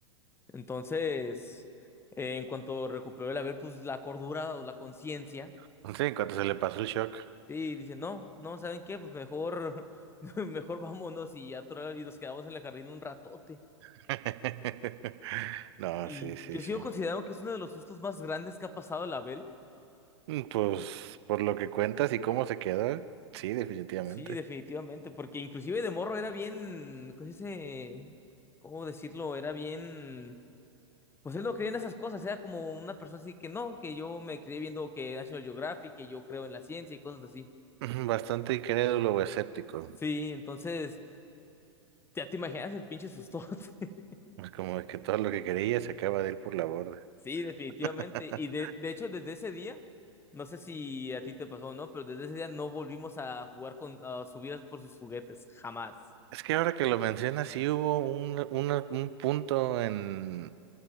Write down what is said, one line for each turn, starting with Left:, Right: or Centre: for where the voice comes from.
Left: Entonces, eh, en cuanto recuperó el haber, pues la cordura o la conciencia,
Right: <laughs> Sí, en cuanto se le pasó el shock.
Left: sí, dice, no, no, ¿saben qué? Pues mejor, <laughs> mejor vámonos y ya tra- y nos quedamos en el jardín un ratote.
Right: <laughs> No,
Left: Y
Right: sí, sí,
Left: yo
Right: sí.
Left: sigo considerando que es uno de los sustos más grandes que ha pasado la Abel
Right: Mm, Pues por lo que cuentas y cómo se quedó, sí, definitivamente.
Left: Sí, definitivamente, porque inclusive de morro era bien, ¿cómo se dice? ¿Cómo decirlo? Era bien, pues él no creía en esas cosas, era como una persona así que no, que yo me crié viendo que National Geographic, que yo creo en la ciencia y cosas así.
Right: <laughs> Ujú, Bastante incrédulo o escéptico.
Left: Sí, entonces, ya te imaginas el pinche sustote. <laughs>
Right: Es como que todo lo que quería se acaba de ir por la borda.
Left: Sí, definitivamente.
Right: <laughs>
Left: Y de, de hecho, desde ese día, no sé si a ti te pasó o no, pero desde ese día no volvimos a jugar con, a subir por sus juguetes, jamás.
Right: Es que ahora que lo mencionas, sí hubo un, una- un punto en,